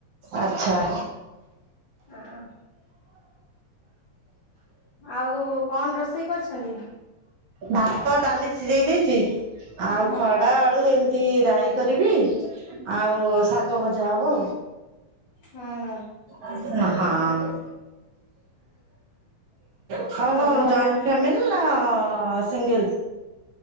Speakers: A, on the right; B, on the left.
A: ଆଚ୍ଛା
B: ହଁ ଆଉ କଣ ରୋଷେଇ କରିଛନ୍ତି?
A: ଭାତ ଡାଲି ସିଝେଇ ଦେଇଛି ଆଉ
B: ହୁଁ
A: ଖଡା ଆଳୁ ଏମିତି ରାହି କରିବି ଆଉ ଶାଗ ଭଜା ହବ
B: ହୁଁ ହୁଁ
A: ଆଉ ମା ହଁ ତମର
B: ଆଉ
A: କଣ
B: ଘରେ
A: ଜଏଣ୍ଟ ଫ୍ୟାମିଲି ନା ସିଙ୍ଗଲ?